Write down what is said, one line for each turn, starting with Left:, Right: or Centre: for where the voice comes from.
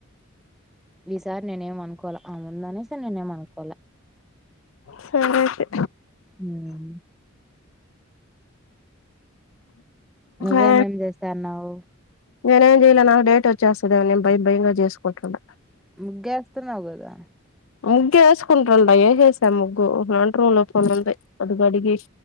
Centre: ఈ సారీ నేనేం అనుకు అనుకోల ఆ ముంద అనేసి నేనేం అనుకోల
Left: సరే అయితే
Centre: ఉమ్. నువ్వేమేం
Left: ఆ
Centre: చేస్తాన్నావవు.
Left: నేనేం చేయలే నాకు డేట్ వచ్చేస్తది. నేను భయం భయంగా చేసుకుంటుండ
Centre: ముగ్గేస్త న్నవు గాదా ఆ
Left: ముగ్గు ఏసుకుంట్రండా ఏసేసినా ముగ్గు రెండు రూంలోపన ఉంది. అటు గాడిగి